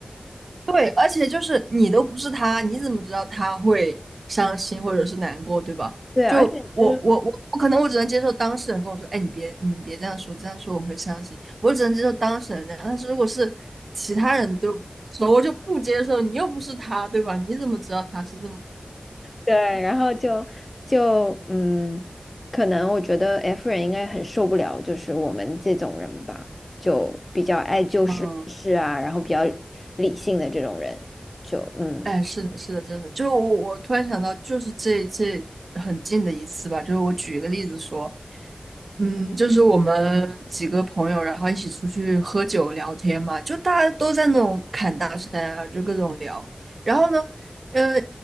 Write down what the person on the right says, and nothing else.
对，而且就是你都不是他，你怎么知道他会伤心或者是难过，对吧？
就我我我我可能我只能接受当事人跟我说，哎，你别你别这样说，这样说我会伤心。我只能接受当事人这样，但是如果是其他人对我说，我就不接受。你又不是他，对吧？你怎么知道他是这么？
嗯？
哎，是的，是的，真的，就是我，我突然想到，就是这这很近的一次吧，就是我举一个例子说，嗯，就是我们几个朋友，然后一起出去喝酒聊天嘛，就大家都在那种侃大山啊，就各种聊，然后呢，嗯，